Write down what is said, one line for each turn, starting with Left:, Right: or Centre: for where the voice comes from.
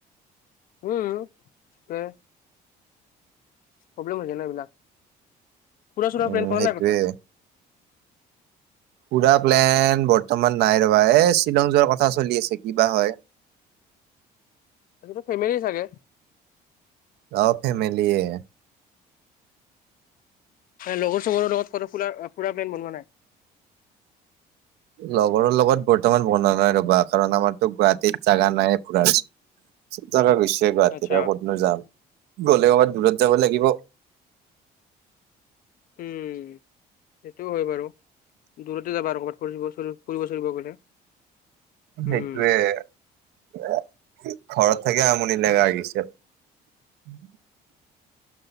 Left: উম ওম, প্ৰব্লেম হৈ যায় না এইবিলাক। ফুৰা চুৰা
Right: উম
Left: প্লেন কৰা
Right: সেইটোয়ে,
Left: নাই ক'তো
Right: পুৰা প্লেন ব ৰ্তমান নাই ৰবা, এই শ্বিলং যোৱাৰ কথা চলি আছে কিবা হয়।
Left: গোটেই ফেমিলি চাগে?
Right: অঁ ফেমিলিয়ে।
Left: লগৰ চগৰৰ লগত কটো ফুৰা ফুৰা প্লেন বনোৱা নাই?
Right: লগৰৰ লগত বৰ্তমান বনোৱা নাই ৰবা কাৰণ, আমাৰতো গুৱাহাটীত জাগা নাই ফুৰাৰ। চব জাগা গৈছো গুৱাহাটীত
Left: আচ্ছা
Right: ক'তনো যাম, গ'লে ক'ৰবাত দূৰত যাব লাগিব।
Left: উম সেইটো হয় বাৰু। দূৰতে যাবা আৰু ক'ৰবাত ফুৰি ফুৰিব চুৰিব গলে? উম।
Right: সেইটোয়ে, ঘৰত থাকি আমনি লাগা হৈ গেছে। <inaudible>